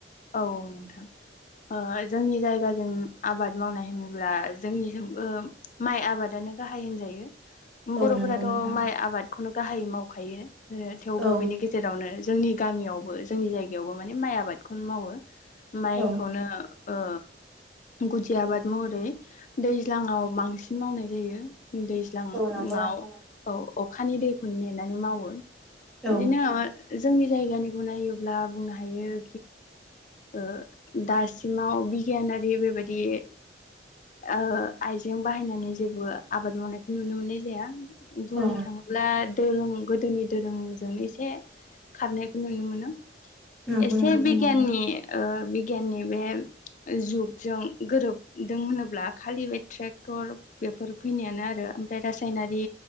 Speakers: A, on the left; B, in the centre.
A: औ औ नोंथां अ जोंनि जायगाजों आबाद मावनाय होनो। अब्ला जोंनिजोंबो माइ आबादानो गाहाय होनजायो।
B: औ
A: बर'फोराथ'
B: नंगौ नोंथां।
A: माइ आबादखौनो गाहायै मावखायो थेवबो
B: औ
A: बिनि गेजेरावनो जोंनि गामियावबो जोंनि जायगायावबो माने माइ आबादखौनो मावो माइखौनो
B: औ
A: ओ गुदि आबाद महरै दैज्लाङाव बांसिन मावनाय जायो। दैज्लाङाव
B: औ नंगौ नोंथां।
A: औ अखानि दैखौनो नेनानै मावो। बेनि
B: औ
A: उनावहाय जोंनि जायगानिखौ नायोब्ला बुंनो हायो। ओ दासिमाव बिगियानारि बेबायदि ओ आइजें बाहायनानै जेबो आबाद मावनायखौ नुनो मोननाय जाया बुंनो
B: औ
A: थाङोब्ला दोरों गोदोनि दोरोंजोंनो एसे खारनायखौ नुनो मोनो
B: नंगौ
A: एसे
B: नोंथां
A: बिगियाननि
B: नंगौ
A: ओ बिगियाननि बे जुगजों गोरोबदों होनोब्ला खालि बे ट्रेक्टर बेफोर फैनायानो आरो ओमफ्राय रासायनारि